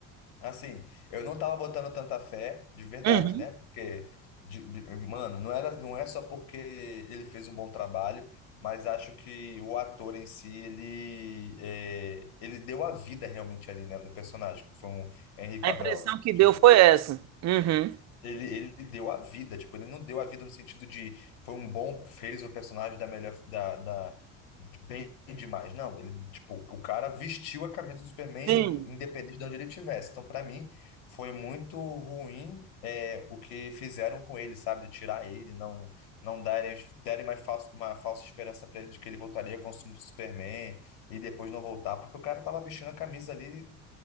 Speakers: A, on the left; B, on the right.
A: assim, eu não tava botando tanta fé, de verdade,
B: Uhum.
A: né? Porque, de- de- mano, não era, não é só porque ele fez um bom trabalho, mas acho que o ator em si, ele, é, ele deu a vida realmente ali, né, do personagem, que foi um Henry Cavill.
B: A impressão que deu
A: Tipo,
B: foi essa. Uhum.
A: Ele, ele deu a vida, tipo, ele não deu a vida no sentido de foi um bom, fez o personagem da melhor, da, da- de bem demais. Não, ele, tipo, o cara vestiu a camisa do Superman
B: Sim,
A: independente de onde ele estivesse. Então, pra mim, foi muito ruim é, o que fizeram com ele, sabe? De tirar ele, não não darem, derem mais falso, uma falsa esperança pra ele de que ele voltaria com o Superman e depois não voltar, porque o cara tava vestindo a camisa ali